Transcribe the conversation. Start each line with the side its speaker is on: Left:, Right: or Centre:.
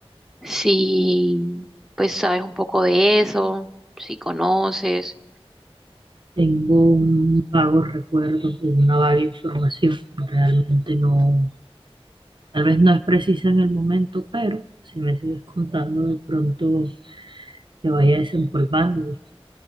Centre: si, pues sabes un poco de eso, si conoces.
Right: Tengo un vago recuerdo, y una vaga información. Realmente no, tal vez no es precisa en el momento, pero si me sigues contando, de pronto te vaya desempolvando y,